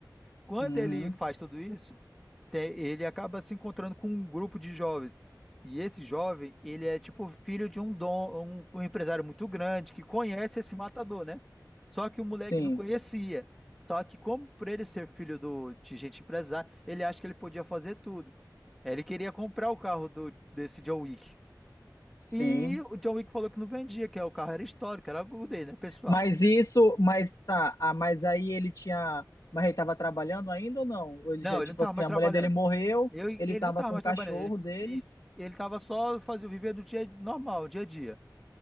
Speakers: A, in the centre; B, on the left (about 55°).
A: Quando
B: Uhum,
A: ele faz tudo isso, te- ele acaba se encontrando com um grupo de jovens. E esse jovem, ele é tipo filho de um dom, um, um empresário muito grande que conhece esse matador, né? Só que o moleque
B: sim,
A: não conhecia. Só que como por ele ser filho do, de gente empresária, ele acha que ele podia fazer tudo. Ele queria comprar o carro do, desse John Wick.
B: sim.
A: E o John Wick falou que não vendia, que é, o carro era histórico, era algo dele, né, pessoal?
B: Mas isso, mas tá, ah, mas aí ele tinha, mas ele tava trabalhando ainda ou não? Ou Ele
A: Não,
B: já,
A: ele
B: tipo
A: não tava
B: assim,
A: mais
B: a
A: trabalhando.
B: mulher dele morreu,
A: Eu,
B: ele
A: ele
B: tava
A: não tava
B: com
A: mais
B: o cachorro
A: trabalhando. Ele,
B: dele,
A: isso. Ele tava só fazendo viver do dia normal, dia a dia.